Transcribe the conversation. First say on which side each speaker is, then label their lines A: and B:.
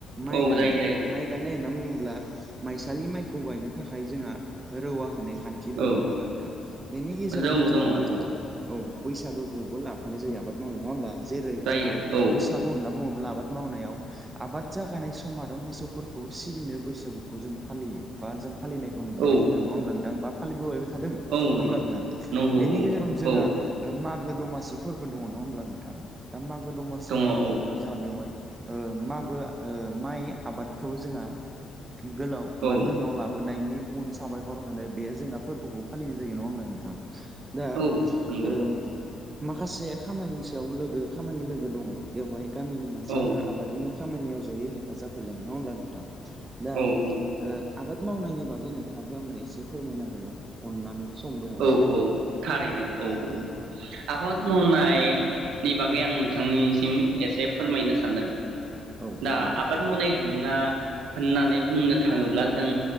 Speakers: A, on the right; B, on the right.
A: माइ
B: औ
A: गायनाय
B: जायो जायो जायो
A: माइ गायनाय होनना बुङोब्ला माइसालि माइखौ ओ गायनो थाखाय जोंहा रौवा होनाय खान्थि दङ
B: औ
A: नङा होमब्ला नोंथां बेनि गेजेरावनो
B: जौ
A: जोंहा
B: दङ दङ
A: <unintelligible> औ बैसागोखौबो लाफानाय जायो आबाद मावनाय नङा होमब्ला जेरै
B: जायो
A: जोंहा
B: औ
A: बैसागु होनना बुङोब्ला आबाद मावनायाव आबाद जाखायनाय सम आरो मोसौफोरखौ सिबिनो बैसागुखौ जों फालियो बा जों फालिनायखौ नुबोबाय
B: औ
A: ओनथां बा फालिबोबाय थादों नङा
B: औ
A: होमब्ला
B: नंगौ
A: नोंथां
B: नंगौ
A: बेनि
B: औ
A: गेजेरावनो जोंहा
B: औ
A: मागो गो दमासिफोरबो दङ नङा होनब्ला नोंथां दा मागो दमासि
B: दङ
A: होनना
B: औ
A: बुङोब्ला जोंहा बेवहाय ओ मागो ओ माइ आबादखौ जोंहा गोलाव
B: औ
A: बा नोनाव लाबोनायनि <unintelligible> साबायखर होनो बे जोंहा फोरबोखौ फालिनाय जायो नङा होमब्ला नोंथां दा
B: औ नंगौ
A: ओ माखासे खामानि सायाव लोगो खामानि लोगो दङ बेवहाय गामिनि मानसिफोरा
B: औ
A: आबादनि खामानियाव जयै हेफाजाब होलायो नङा होनमब्ला नोंथां दा
B: औ औ
A: ओ आबाद मावनायनि बागैनो थाबो आंनो एसे फोरमायना होलाय अननानै। सम दङब्ला
B: औ औ थारैनो औ औ आबाद मावनायनि
A: दे
B: बागै आं नोंथांनिसिम एसे फोरमायनो सानदों।
A: औ
B: दा
A: थारैनो
B: आबाद मावनाय होनना होननानै बुंनो थाङोब्ला जों